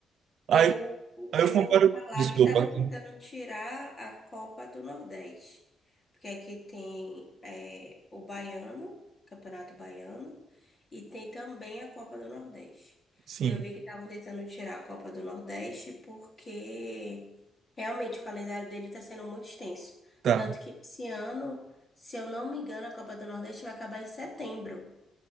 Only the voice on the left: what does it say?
Eu,
eu
ouvi falar
que estavam tentando tirar a Copa do Nordeste, porque aqui tem é, o Baiano, Campeonato Baiano, e tem também a Copa do Nordeste.
Eu vi que estavam tentando tirar a Copa do Nordeste porque realmente o calendário dele está sendo muito extenso.
Tanto que esse ano, se eu não me engano, a Copa do Nordeste vai acabar em setembro.